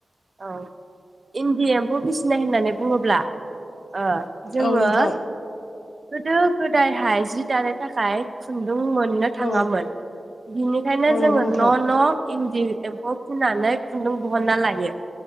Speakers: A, on the right (about 35°); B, on the left (about 55°).
A: औ इन्दि एम्फौ फिसिनाय होननानै बुङोब्ला ओ जोङो
B: औ नोंथां
A: गोदो गोदायहाय जि दानो थाखाय खुन दुं मोननो थाङामोन
B: औ
A: बिनिखायनो
B: औ
A: जोङो
B: नंगौ नोंथां
A: न' न' इन्दि एम्फौ फिनानै खुन्दुं बहनना लायो